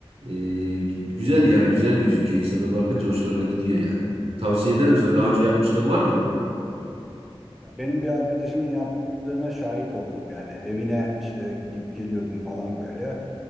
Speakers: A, on the right; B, in the centre.
A: E, güzel yani güzel gözüküyor. İnsanlar bakınca hoşlarına gidiyor yani. Tavsiye ederim sana. Daha önce yapmışlığın var mı?
B: Ya benim bir arkadaşımın yaptığına şahit oldum yani evine işte gidip geliyordum falan böyle.